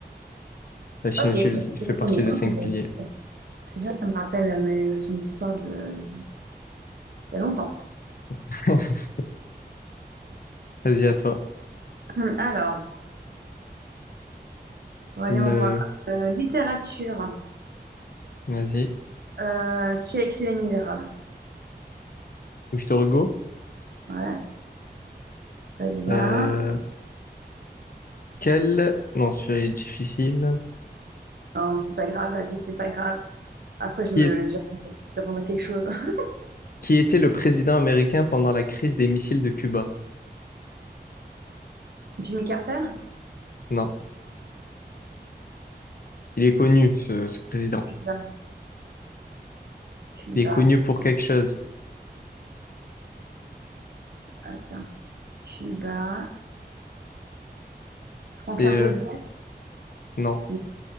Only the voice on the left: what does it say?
La Chine
aussi
fais- fait
partie
des
cinq
piliers.
<laughs> Vas-y, à toi.
Une, euh,
vas-y.
Victor Hugo.
Euh, quel, non, celui-là est difficile.
Qui
est-
qui était le président américain pendant la crise des missiles de Cuba?
Non, il est connu, ce, ce président.
Il est connu
pour quelque chose.
C'est, euh,
non,